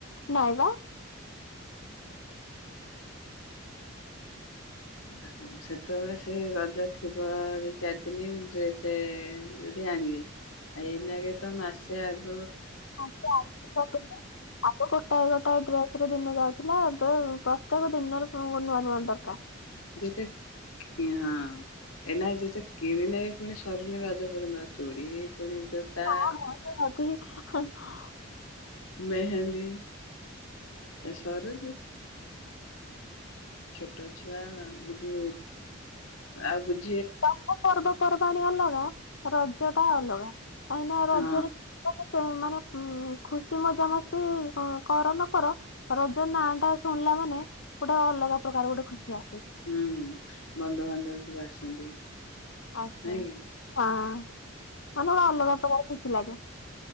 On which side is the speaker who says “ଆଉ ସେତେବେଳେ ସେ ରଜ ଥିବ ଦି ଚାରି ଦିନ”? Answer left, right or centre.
Left